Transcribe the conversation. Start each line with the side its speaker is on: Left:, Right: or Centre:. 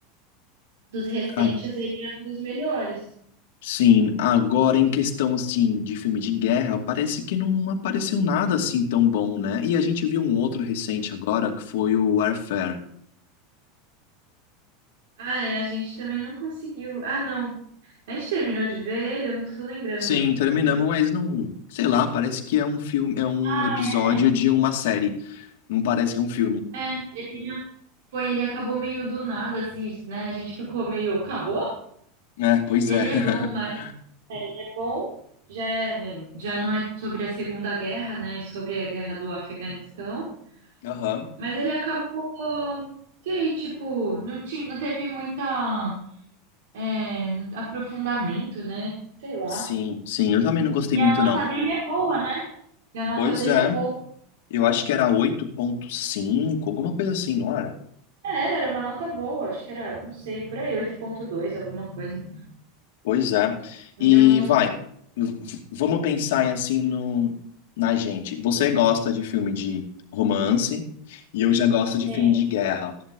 Right: Dos recentes,
Left: Ah,
Right: ele é um dos melhores.
Left: Sim, agora em questão assim de filme de guerra, parece que não apareceu nada assim tão bom, né? E a gente viu um outro recente agora que foi o Warfare.
Right: Ah, é, a gente também não conseguiu. Ah, não. A gente terminou de ver ele, eu não tô lembrando.
Left: Sim, terminamos, mas não, sei lá, parece que é um filme, é um
Right: Ah,
Left: episódio
Right: é.
Left: de uma série. Não parece que é um filme.
Right: É, ele não- foi, ele acabou meio do nada, assim, né? A gente ficou meio, acabou?
Left: É, pois
Right: Ele
Left: é.
Right: é
Left: <laughs>
Right: bom, mas é bom. Já é, já não é sobre a Segunda Guerra, né? É sobre a guerra do Afeganistão.
Left: Aham.
Right: Mas ele acabou, sei, tipo, não, ti- não teve muita é, aprofundamento, né? Sei lá.
Left: Sim, sim, eu também não gostei
Right: E
Left: muito
Right: a
Left: não.
Right: nota dele é boa, né? E a nota
Left: Pois
Right: dele
Left: é,
Right: é boa.
Left: eu acho que era oito ponto cinco alguma coisa assim, não era?
Right: Era, era uma nota boa, acho que era, não sei, por aí, oito ponto dois, alguma coisa.
Left: Pois é.
Right: Não,
Left: E
Right: não
Left: vai, v- v- vamos pensar em, assim no, na gente. Você gosta de filme de romance e eu já gosto de
Right: tem.
Left: filme de guerra.